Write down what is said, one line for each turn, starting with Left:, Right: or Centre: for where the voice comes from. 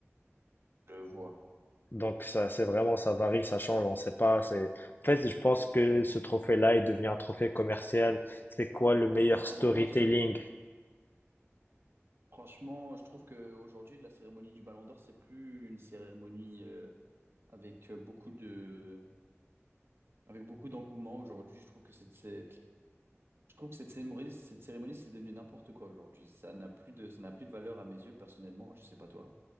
Right: Je vois.
Left: Donc ça, c'est vraiment, ça varie, ça change, on sait pas. C'est, en fait, je pense que ce trophée-là est devenu un trophée commercial. C'est quoi le meilleur
Right: Ah,
Left: storytelling?
Right: vraiment, ce, pro- Franchement, je trouve qu'aujourd'hui, la cérémonie du Ballon d'Or, c'est plus une cérémonie euh, avec euh, beaucoup de, avec beaucoup d'engouement. Aujourd'hui, je trouve que cette, cé- je trouve que cette cérémonie, cette cérémonie, c'est devenu n'importe quoi aujourd'hui. Ça n'a plus de, ça n'a plus de valeur à mes yeux, personnellement. Je sais pas toi.